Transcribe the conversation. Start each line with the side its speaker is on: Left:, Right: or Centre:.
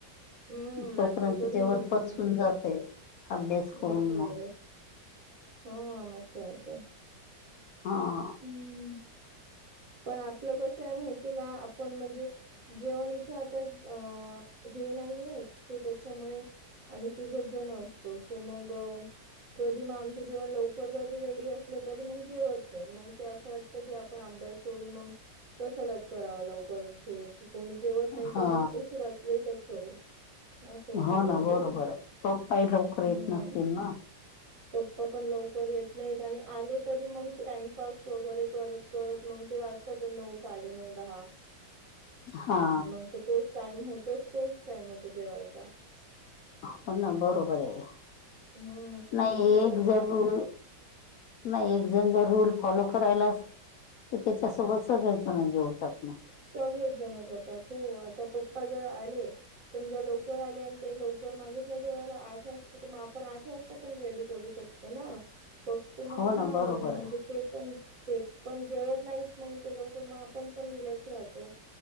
Right: हम्म
Left: तोपर्यंत
Right: रात्री कधी
Left: जेवण
Right: झोपा
Left: पचून
Right: मग
Left: जाते अभ्यास
Right: बरोबर
Left: करून मग...
Right: आहे हा मग काय तर....
Left: हा....
Right: हमम पण आपलं कसं आहे माहितीय का आपण म्हणजे.... जेवण इथं आता अं हे नाहीये सो त्याच्यामुळे.... आम्ही तिघच जण असतो सो मग कधी मग आमचं जेवण लवकर.... जरी रेडी असल तरी मग जेवत... नाही मग ते असं वाटत की आपण अभ्यास सोडून मग कशालाच करावा लवकर हे... कोणी जेवत नाही
Left: हा
Right: तर मग उशिराच लेटच करू..... असं होतं
Left: हो
Right: कधी
Left: ना बरोबर
Right: कधी
Left: आहे पप्पाही लवकर
Right: हम्म....
Left: येत नसतील ना
Right: पप्पा पण लवकर येत नाहीत आणि आले तरी मग.... टाइमपास वगैरे करत करत मग ते वाजतात नऊ साडे नऊ दहा...
Left: हा
Right: मग तर तोच टाइम होतोच तोच टाइम होतो जेवायचा...
Left: हो ना बरोबर आहे
Right: हम्म
Left: नाही
Right: त्याच्यामुळे
Left: एक जरूर...
Right: मग आज
Left: नाही एक जण जर रूल फॉलो करायला असल की त्याच्यासोबत सगळेच जण जेवतात मग.....
Right: सगळेच जण करतात हो आता पप्पा जर आले... समजा लवकर आले आणि ते लवकर मागितलं जेवायला आठ वाजता तर मग आपण आठ वाजता पण रेडी करू शकतो... ना फक्त मग
Left: हो ना
Right: हा
Left: बरोबर
Right: म्हणजे...
Left: आहे
Right: ते पण ते पण जेवत नाहीत मग ते लवकर मग आपण पण रिलॅक्स राहतो...